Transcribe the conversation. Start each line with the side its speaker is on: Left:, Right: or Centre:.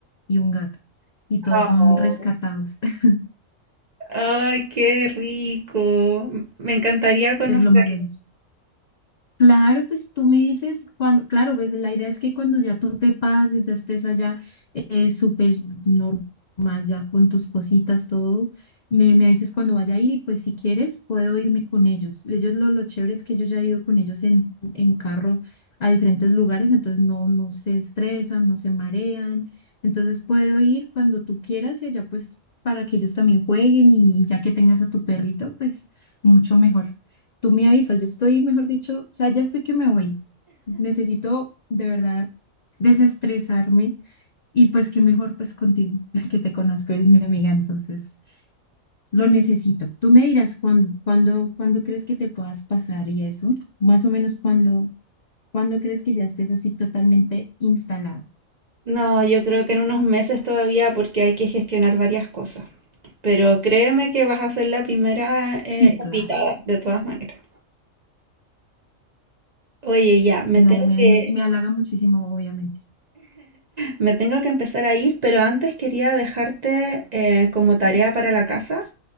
Left: y un gato y todos
Right: Oh.
Left: son rescatados. <laughs>
Right: Ay, qué rico. Me encantaría conocer.
Left: Es lo más bello. Claro, pues tú me dices cuando, claro, pues la idea es que cuando ya tú te pases, ya estés allá eh, súper normal, ya con tus cositas, todo, me, me dices cuando vaya a ir y pues si quieres puedo irme con ellos. Ellos lo, lo chévere es que yo ya he ido con ellos en, en carro a diferentes lugares, entonces no, no se estresan, no se marean, entonces puedo ir cuando tú quieras y allá pues para que ellos también jueguen y ya que tengas a tu perrito, pues mucho mejor. Tú me avisas, yo estoy, mejor dicho, o sea, ya estoy que me voy. Necesito de verdad desestresarme y pues qué mejor pues contigo, <laughs> que te conozco, eres mi amiga, entonces lo necesito. Tú me dirás cuándo, cuándo, cuándo crees que te puedas pasar y eso, más o menos cuándo, cuándo crees que ya estés así totalmente instalado.
Right: No, yo creo que en unos meses todavía porque hay que gestionar varias cosas. Pero créeme que vas a ser la primera eh,
Left: Sí,
Right: invitada,
Left: claro,
Right: de todas maneras. Oye, ya, me
Left: no,
Right: tengo
Left: me,
Right: que,
Left: me, me halaga muchísimo, obviamente.
Right: me tengo que empezar a ir, pero antes quería dejarte eh, como tarea para la casa